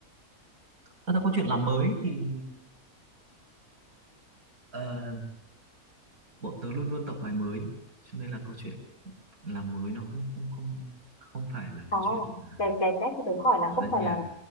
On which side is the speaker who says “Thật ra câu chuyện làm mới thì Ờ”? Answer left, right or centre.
Right